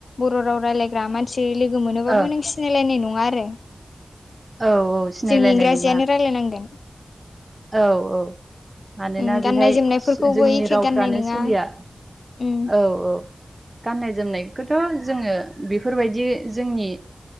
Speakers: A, on the left; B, on the right.
A: बर' राव रायलायग्रा मानसि लोगो मोनोबाबो
B: ओ
A: नोंसि सिनायलायनाय नङा आरो।
B: औ औ। सिनायलायनाय
A: जों इंराजियानो
B: नङा
A: रायलायनांदों
B: औ औ। मानोना
A: उम गाननाय
B: बेहाय
A: जोमनायफोरखौबो
B: जोंनि
A: एखे
B: रावफ्रानो
A: गाननाय नङा
B: सोलिया
A: उम
B: औ औ। गाननाय जोमनायखौथ' जोङो बेफोरबायदि जोंनि